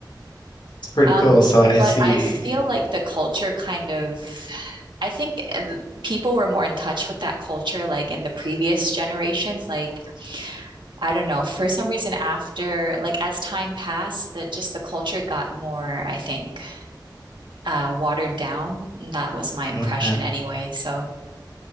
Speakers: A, on the left; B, on the right.
A: it's pretty
B: um,
A: cool. So I
B: but
A: see.
B: I feel like the culture kind of I think uh, people were more in touch with that culture like in the previous generations. Like, I don't know, for some reason after like as time passed, that just the culture got more, I think, uh watered down. That was my impression
A: Okay.
B: anyway. So